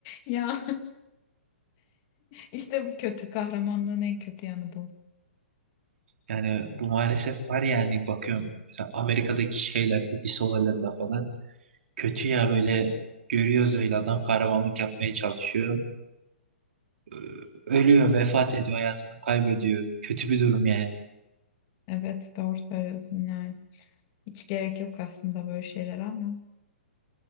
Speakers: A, on the left; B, on the right.
A: Ya işte bu kötü kahramanlığın en kötü yanı bu.
B: Yani bu maalesef var yani bakıyorum. Amerika'daki şeylerde, lise olaylarında falan. Kötü ya böyle görüyoruz öyle adam kahramanlık yapmaya çalışıyor. Ee, Ölüyor, vefat ediyor, hayatını kaybediyor. Kötü bir durum yani.
A: Evet doğru söylüyorsun yani. Hiç gerek yok aslında böyle şeyler ama